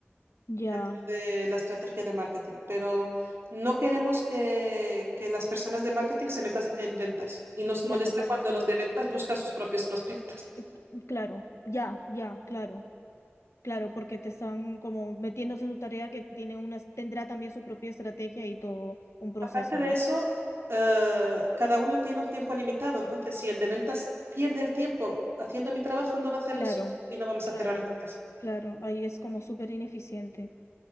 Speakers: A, on the left (about 85°); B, on the right (about 60°).
A: ya,
B: dentro de la estrategia de marketing. Pero no queremos que, que las personas de marketing se metan en ventas y nos molesta
A: claro, claro,
B: cuando
A: claro.
B: los de ventas buscan sus propios prospectos.
A: Eh, Claro, ya, ya, claro. Claro, porque te están como metiéndose en tu tarea que tiene una, tendrá también su propia estrategia y todo un proceso,
B: Aparte de
A: ¿no?
B: eso, eh, cada uno tiene un tiempo limitado, entonces si el de ventas pierde el tiempo haciendo mi trabajo, no va a hacer
A: Claro,
B: el suyo y no vamos
A: claro,
B: a cerrar ventas.
A: claro. Ahí es como súper ineficiente.